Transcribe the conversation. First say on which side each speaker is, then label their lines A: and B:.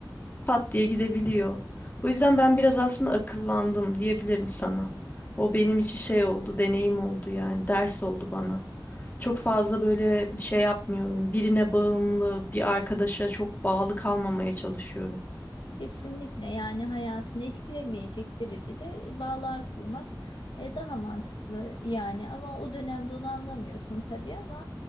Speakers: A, on the left; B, on the left.
A: Pat diye gidebiliyor. O yüzden ben biraz aslında akıllandım diyebilirim sana. O benim için şey oldu, deneyim oldu yani ders oldu bana. Çok fazla böyle şey yapmıyorum. Birine bağımlı, bir arkadaşa çok bağlı kalmamaya çalışıyorum.
B: Kesinlikle yani hayatını etkilemeyecek derecede bağlar kurmak e, daha mantıklı yani ama o dönemde onu anlamıyorsun tabii ama